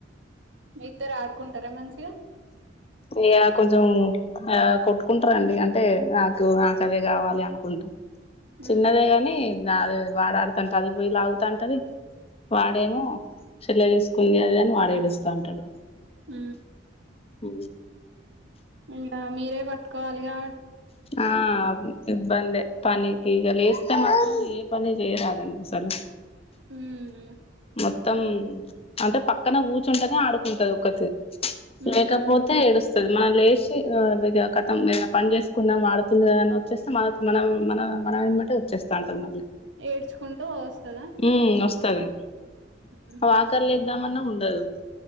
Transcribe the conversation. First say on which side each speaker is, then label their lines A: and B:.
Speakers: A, on the right (about 80°); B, on the left (about 35°).
A: ఉ ఇద్దరు ఆడుకుంటారా మంచిగా
B: ఇగ కొంచెం ఆ కొట్టుకుంటారంండి అంటే నాకు నాకు అవే కావాలి అనుకుంటా
A: మ్మ్
B: చిన్నదే గాని నాది వాడాడుతంటే అది పోయిలాగుతాంటది వాడేమో చెల్ల తీసుకుంది అది ఇది అని వాడు ఏడుస్తా ఉంటాడు
A: ఊ
B: ఉ
A: ఇలా మీరే కట్టుకోవాలి గా
B: ఆ ఇబ్బందే పనికి ఈగ లేేస్త మాత్రం ఏ పని చేయరా దండి అసలు
A: ఊ ఊ
B: మొత్తం అంటే పక్కన కూర్చుంటేనే ఆడుకుంటది ఒక్కత్తే
A: ఉహు
B: లేకపోతే ఏడుస్తుది మనం లేచి ఇగ కతం పని చేస్ కున్నా వాడుతుంది కదా వచ్చేస్తే మనకు మనం మనం మన ఎంబటే వచ్చేస్తా ఉంటుంది మళ్ళీ
A: ఏడ్చుకుంటూ వస్తదా
B: ఉమ్ వస్తది
A: ఉహు
B: వాకర్లో ఇద్దామన్నా ఉండదు